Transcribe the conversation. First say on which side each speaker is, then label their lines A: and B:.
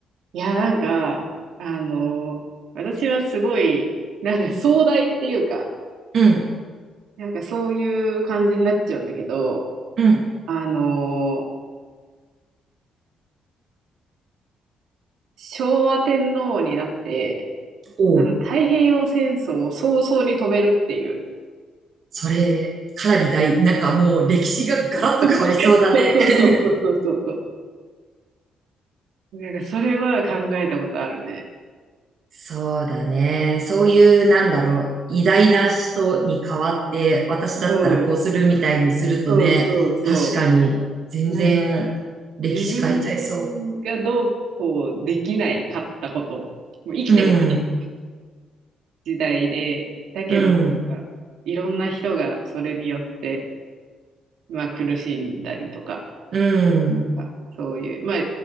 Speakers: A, on the right; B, on the right.
A: いや、なんか、あの、私はすごい、なんか壮大っていうか、
B: うん、
A: なんかそういう感じになっちゃうんだけど、
B: うん。
A: あの、昭和天皇になって、
B: おう
A: あの太平洋戦争を早々に止めるっていう。
B: それ、かなり大、なんかもう歴史がガラッと変わりそうだね。
A: <laughs> そうそうそうそうそうそ
B: <laughs>
A: う。なんかそれは考えたことあるね。
B: そうだね。そういう、なんだろう、偉大な人に代わって、私だったらこうするみたいにするとね、
A: そう、そうそうそ
B: 確かに、全然、
A: う。なんか
B: 歴史変えちゃいそ
A: 自分がどうこうできないかったこと、もう生きてもない
B: う。うん、
A: 時代で、だけどなんかいろんな人がそれによって、
B: うん、
A: まあ、苦しんだりとか、
B: うん、
A: あそういう、まあ、